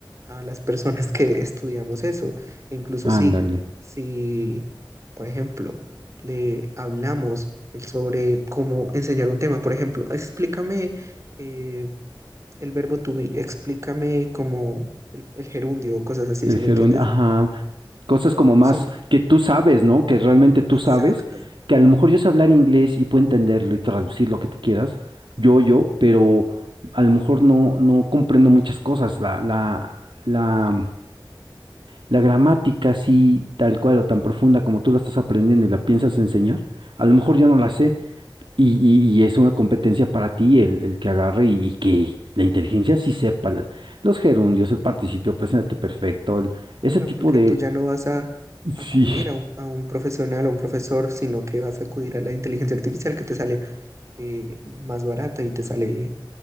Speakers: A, on the right (about 35°); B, on the right (about 75°).
A: a las personas que <laughs> estudiamos eso. E incluso
B: ándale.
A: si, si, por ejemplo, le hablamos el- sobre cómo enseñar un tema, por ejemplo, explícame eh, el verbo to be, explícame como el, el gerundio, cosas así,
B: El
A: si me
B: gerundio,
A: entiendes?
B: ajá. Cosas como más
A: Son
B: que tú sabes, ¿no? Que realmente tú
A: exacto.
B: sabes. Que a lo mejor yo sé hablar inglés y puedo entenderlo y traducir lo que tú quieras. Yo, yo, pero a lo mejor no, no comprendo muchas cosas. La, la, la, la gramática, así, tal cual o tan profunda como tú la estás aprendiendo y la piensas enseñar. A lo mejor yo no la sé. Y, y- y es una competencia para ti el, el que agarre y, y que la inteligencia sí sepa la- los gerundios, el participio presente perfecto, el- ese
A: Claro,
B: tipo
A: porque
B: de...
A: tú ya no vas a acudir
B: Sí,
A: a un, a un profesional o un profesor, sino que vas a acudir a la inteligencia artificial que te sale eh, más barata y te sale